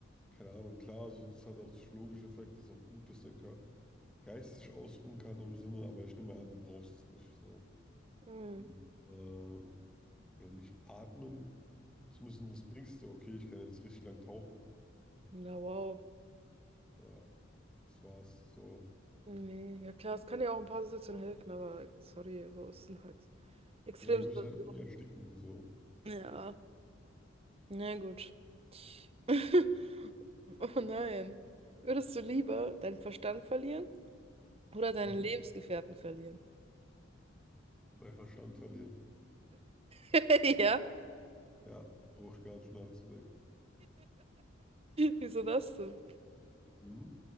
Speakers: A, in the centre; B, on the right (about 30°).
A: keine Ahnung, klar, so, das hat auch psychologische Effekte, ist auch gut, dass dein Körper geistig ausruhen kann im Sinne, aber ich nehme an, du brauchst es nicht. So.
B: Mhm.
A: Und ähm, Ja, und nicht atmen zu müssen, was bringst dir? Okay, ich kann jetzt richtig lang tauchen.
B: Ja, wow.
A: Ja, das war's. So.
B: Nee, ja klar, es kann ja auch ein paar Situationen helfen, aber sorry, so ist es halt extrem
A: Ja, du
B: Situationen.
A: wirst halt nie ersticken, so.
B: Ja, na gut. <laughs> Oh nein. Würdest du lieber deinen Verstand verlieren oder deinen
A: Mhm.
B: Lebensgefährten verlieren?
A: Mein Verstand verlieren.
B: <laughs> Ja.
A: Ja, brauche ich gar nicht nachzudenken.
B: Wieso das denn?
A: Mhm.